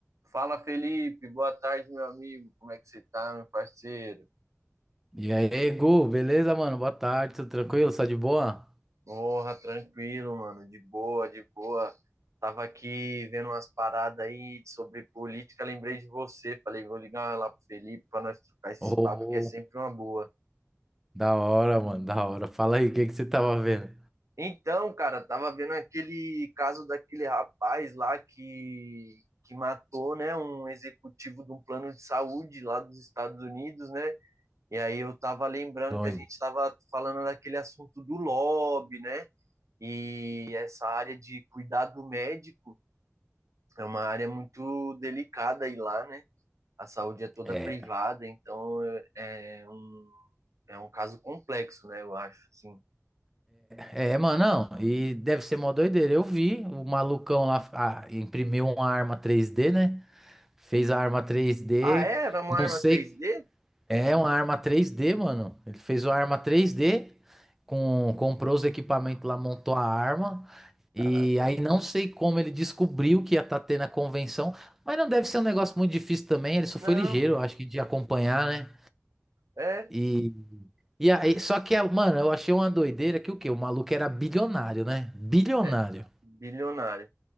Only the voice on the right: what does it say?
Fala, Felipe. Boa tarde, meu amigo. Como é que você tá, meu parceiro?
Porra, tranquilo, mano. De boa, de boa. Tava aqui vendo umas paradas aí sobre política, lembrei de você. Falei, vou ligar lá pro Felipe pra nós trocar esses
papos, que é sempre uma boa.
Então, cara, tava vendo aquele caso daquele rapaz lá que, que matou, né, um executivo de um plano de saúde lá dos Estados Unidos, né? E aí eu tava lembrando
que a gente tava falando daquele assunto do lobby, né? E essa área de cuidado médico é uma área muito delicada aí lá, né? A saúde é toda
privada, então é é um, é um caso complexo, né? Eu acho, assim.
Ah, é? Era uma
arma
3D?
Caraca.
Não,
é,
é bilionário.